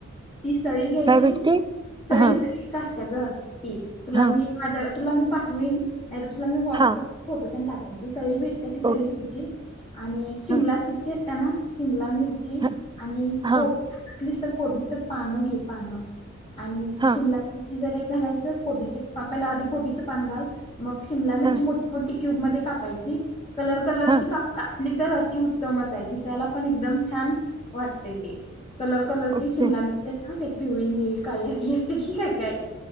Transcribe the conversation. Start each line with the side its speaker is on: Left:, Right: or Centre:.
Left: ती सळी घ्यायची
Right: काय भेटते
Left: सळी
Right: हा
Left: सळी का त्याग तुला
Right: हा
Left: मी माझ्या तुला मी पाठवीन. नाइ तर तुला मी व्हॉट्सअप
Right: हा
Left: फोटो तेन टाक ती सळी भेट त ती सळी
Right: ओ
Left: घ्याची आणि शिमला
Right: हा
Left: मिरची अस त्यांना शिमला मिरच ची
Right: हा
Left: आणि
Right: हा
Left: कोबी <unintelligible> तर कोबीचं पानं घे पानं. आणि
Right: हा
Left: शिमला ती जरा एक घालायच कोबीचं पान पहिला आधी कोबीचं पान घाल मग शिमला मिरची
Right: हा
Left: मोठी मोठी क्यूब मध्ये कापायची कलर कलरची
Right: हा
Left: कापा <unintelligible> लि तर अतिउत्तमच हाय दिसायला पण एकदम छान वाटतंय ते. कलर कलरची
Right: ओके
Left: शिमला मिरची असत्या माहि पिवळी, निळी, काळी असली असत्या की काय काय?